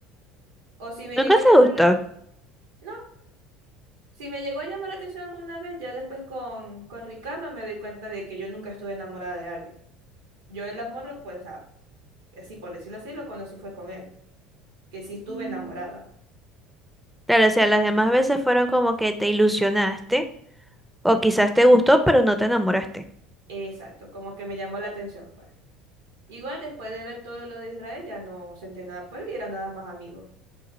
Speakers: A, on the right (about 85°); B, in the centre.
A: O si me
B: ¿Nunca
A: llegó a
B: te
A: llamar
B: gustó?
A: la... No, si me llegó a llamar la atención alguna vez, ya después con, con Ricardo me doy cuenta de que yo nunca estuve enamorada de alguien. Yo el amor, pues, o sea, así por decirlo así, lo conocí fue con él, que sí estuve
B: Mm.
A: enamorada.
B: Claro, o sea, las demás veces fueron como que te ilusionaste. O quizás te gustó, pero no te enamoraste.
A: Exacto, como que me llamó la atención, pues. Igual después de ver todo lo de Israel, ya no sentía nada por él y era nada más amigos.